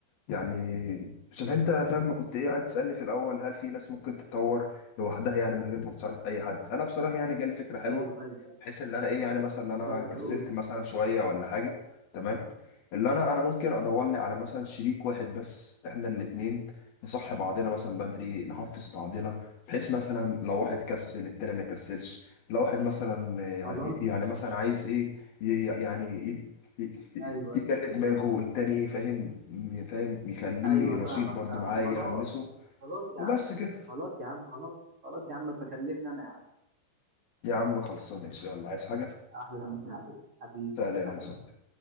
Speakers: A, on the left; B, on the right.
A: يعني شوف انت فاهم ما كنت ايه قاعد تسالني في الاول هل في ناس ممكن تتطور لوحدها يعني من غير ما تساعد اي حد انا بصراحه يعني جالي فكره حلوه
B: ايوه ايوه اتفضل
A: بحيث ان انا ايه يعني مثلا
B: اتفضل
A: إن انا كسلت
B: قول
A: مثلا شويه ولا حاجه تمام اللي انا انا ممكن ادور لي على مثلا شريك واحد بس احنا الاتنين نصح بعضنا مثلا بدري نحفز بعضنا بحيث مثلا لو واحد كسل التاني ما يكسلش لو واحد مثلا آه، يعني
B: خلاص
A: يعني مثلا عايز ايه ي- يعني ي- يعني ي- ي-
B: ايوه
A: يجلد
B: ايوه
A: دماغه التاني فاهم فاهم يخليه
B: ايوه
A: نشيط
B: فاهمك
A: برضه
B: فاهمك
A: معاه
B: خلاص
A: يحمسه
B: خلاص يا
A: وبس
B: عم
A: كده
B: خلاص يا عم خلاص خلاص يا عم بكلمنا انا يا عم
A: يا عم خلصانه ان شاء الله عايز حاجه
B: احلى مسا عليك حبيبي
A: سلام
B: حبيبي
A: يا صاحبي